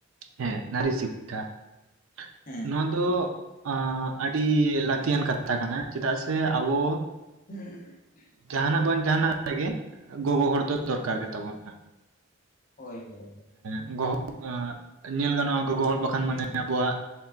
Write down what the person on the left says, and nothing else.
ᱦᱮᱸ
<inaudible>
ᱦᱳᱭ ᱦᱳᱭ ᱦᱳᱭ ᱾